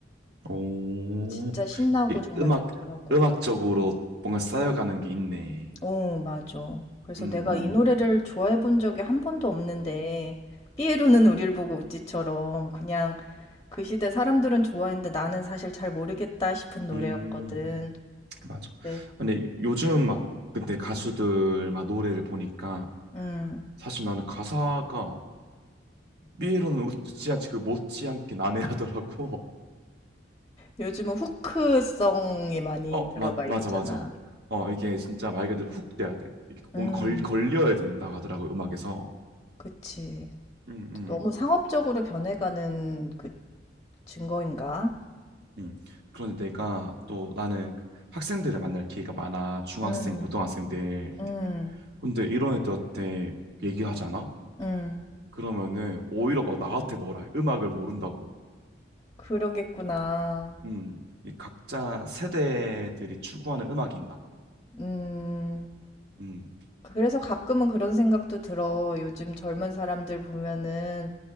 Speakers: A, on the right; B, on the left.
A: 오,
B: 진짜 신나고
A: 이게
B: 정말
A: 음악,
B: 좋더라고.
A: 음악적으로 뭔가 쌓여가는 게 있네.
B: 어 맞아. 그래서
A: 음,
B: 내가
A: 음,
B: 이 노래를 좋아해 본 적이 한 번도 없는데 삐에로는 우릴 보고 웃지처럼 그냥 그 시대 사람들은 좋아했는데 나는 사실 잘 모르겠다 싶은 음. 노래였거든.
A: 음, 맞아.
B: 네.
A: 근데 요즘 막, 근데 가수들 막 노래를 보니까
B: 음.
A: 사실 나는 가사가 삐에로는 못지않게 그 못지않게 난해하더라고.
B: 요즘은 후크성이 많이
A: <laughs> 어,
B: 들어가
A: 맞, 맞아,
B: 있잖아.
A: 맞아. 어, 이게 진짜 말 그대로 훅 돼야 돼. 이게
B: 음.
A: 뭔가 걸, 걸려야 된다고 하더라고, 음악에서.
B: 그치.
A: 음, 음.
B: 너무 상업적으로 변해가는 그 증거인가?
A: 음. 그런데 내가 또 나는 그 학생들을 만날 기회가 많아. 중학생,
B: 음,
A: 고등학생들.
B: 음,
A: 근데 이런 애들한테 얘기하잖아?
B: 음,
A: 그러면은 오히려 막 나한테 뭐라 해. 음악을 모른다고.
B: 그러겠구나.
A: 음. 이 각자 세대들이 추구하는 음악이 있나 봐.
B: 음,
A: 음.
B: 그래서 가끔은 그런 생각도 들어. 요즘 젊은 사람들 보면은